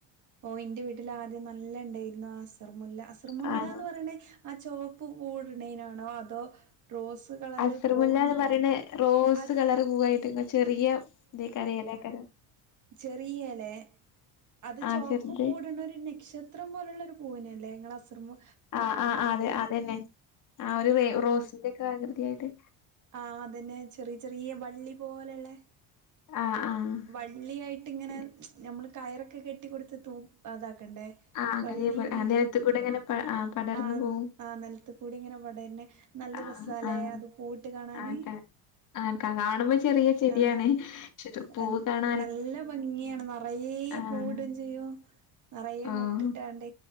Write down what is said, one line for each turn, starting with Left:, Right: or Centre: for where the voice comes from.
Right: ഓ ഇന്റെ വീട്ടിൽ ആദ്യം നല്ലണ്ടായിരുന്നു ആ സ് അസർമുല്ല അസർമുല്ലാന്ന്
Left: ആഹ്
Right: പറിണേ ആഹ് ചോപ്പ് ഊട്ണ്ടേനാണോ അതോ റോസ് കളറ്
Left: അസ്രമുല്ലാന്ന്
Right: പൂവ്
Left: പറീണെ റോസ്
Right: അ
Left: കളറ് പൂവായിട്ട് ചെറിയ ദെ കരയെലെക്കാരം
Right: ചെറിയെലേ അത്
Left: ആഹ്
Right: ചോപ്പ്
Left: ചെറുത്
Right: പൂവ്ട്ണൊരു നക്ഷത്രം പോല്ള്ളൊരു പൂവിനെ ദേ ങ്ങളെ അസ്രമു
Left: ആഹ് ആഹ് ആഹ് അതെ അതന്നെ ആഹ് ഒരു റേ റോസിന്റൊക്കെ ആകൃതി ആയിട്ട്
Right: ആഹ് അതന്നെ ചെറിയ ചെറീ വള്ളി പോലെള്ളെ.
Left: ആഹ് ആഹ്
Right: വള്ളിയായിട്ട്ങ്ങനെ
Left: പിന്നെ
Right: നി മ്മള് കയറൊകെ കെട്ടി കൊടുത്ത് തൂം അതാണ് ക്കണ്ടേ
Left: ആഹ് അങ്ങനെ
Right: വള്ളീം വീശി.
Left: ആഹ് നിലത്ത് കൂടെ ഇങ്ങനെ പ ആഹ് പടർന്നു
Right: ആഹ്
Left: പോവും
Right: ആഹ് നെൽത്തുകൂടിങ്ങനെ മൊടയണ്ടെ. നല്ല
Left: ആഹ്
Right: രസാല്ലേ
Left: ആഹ്
Right: അത് കൂ. ട്ട് കാണാന്
Left: ആഹ് ആഹ് ക കാണുമ്പോ ചെറിയ ചെടിയാണ്.
Right: ആഹ്
Left: പക്ഷെ ഇത് പൂവ് കാണാൻ
Right: നല്ല ഭംഗിയാണ് ന്നറേ
Left: ആഹ്
Right: പൂവ്ടും ചെയ്യും നെറയെ
Left: ഓഹ്
Right: മൊട്ട്ട്ടാണ്ട്